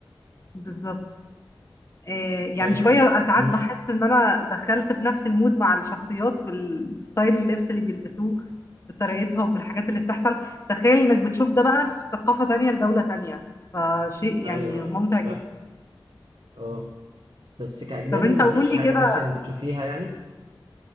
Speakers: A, on the left; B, on the right.
A: بالظبط آه، يعني
B: طيب
A: شوية ساعات
B: مم.
A: بحس إن أنا دخلت في نفس المود مع الشخصيات بالستايل اللبس اللي بيلبسوه بطريقتهم بالحاجات اللي بتحصل تخيل إنك بتشوف ده بقى في ثقافة تانية لدولة تانية فشيء يعني
B: ايوه ايوه
A: ممتع جدا
B: فاهم اه بس كاجنبي
A: طب أنت
B: ما
A: قول
B: فيش
A: لي
B: حاجه
A: كده
B: مثلا بتشوفيها يعني